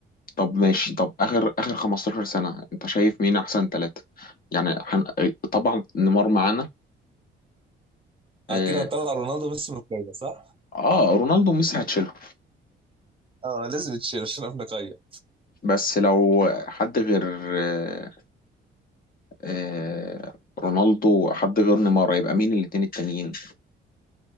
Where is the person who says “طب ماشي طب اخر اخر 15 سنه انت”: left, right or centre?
Left